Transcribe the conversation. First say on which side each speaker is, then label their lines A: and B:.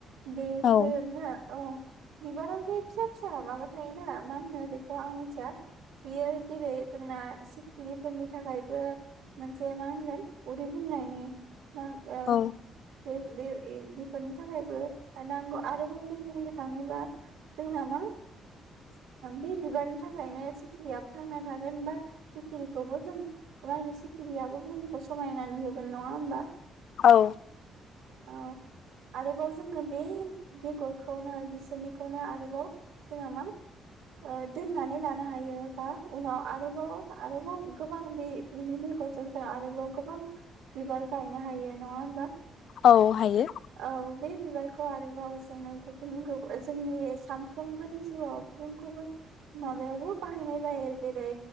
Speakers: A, on the right; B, on the left.
A: बेफोरनो
B: औ
A: ओ। बिबारावजे फिसा फिसा माबाथायायो ना मा होन बेखौ आं मिथिया। बियो जेरै जोंना सिखिरिफोरनि थाखायबो। मोनानसे मा होनगोन उदै बुंनायनि। <unintelligible>
B: औ
A: बे बे बेफोरनि थाखायबो नांगौ आरोबाव जों बुंनो थाङोबा जोंना मा बे बिबारनि थाखायनो सिखिरिया थांना थागोन बा सिखिरिखौबो जों मा होनो खिरियाबो बुहुमखौ समायना नुहोगोन नङा होमबा।
B: औ।
A: औ आरोबाव जोङो बे बेगरखौनो बिसोरनिखौनो आरोबाव जोङो मा ओ दोन्नानै लानो हायो बा उनाव आरोबाव। आरोबाव गोबां बे बिनि बेग <unintelligible> आरोबाव गोबां बिबार गायनो हायो नङा होमबा।
B: औ हायो
A: औ बे बिबारखौ आरोबाव जोङो गुबुन गुब जोंनि सानफ्रोमबोनि जिउआव गुबुन गुबुन माबायावबो बाहायनाय जायो जेरै